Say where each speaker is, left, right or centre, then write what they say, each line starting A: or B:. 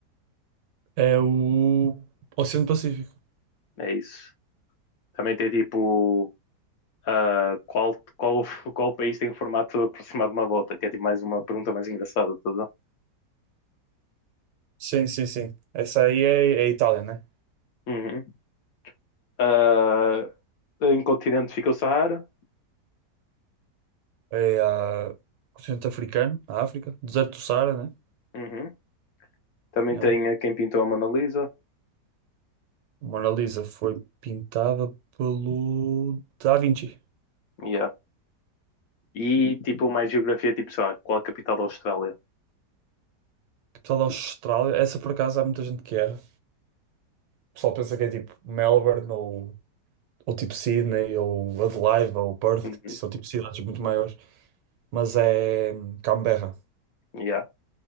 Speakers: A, on the right; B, on the left.
A: É o Oceano Pacífico.
B: É isso. Também tem tipo, ah, qual, qual, qual país tem o formato aproximado de uma bota? Que é tipo mais uma pergunta mais engraçada, tá a ver?
A: Sim, sim, sim. Essa aí é, é a Itália, né?
B: Uhum. Ah, em continente fica o Saara.
A: É a Oceano Africano, a África, deserto do Saara, né?
B: Uhum. Também
A: Yeah.
B: tem a Quem Pintou a Mona Lisa.
A: A Mona Lisa foi pintada pelo Da Vinci,
B: Yeah. E tipo, mais geografia, tipo, sei lá, qual a capital da Austrália?
A: que pessoal da Austrália. Essa por acaso há muita gente que erra. O pessoal pensa que é tipo Melbourne ou, ou tipo Sydney ou Adelaide ou Perth,
B: Uhum.
A: que são tipo cidades muito maiores. Mas é hum, Canberra.
B: Yeah.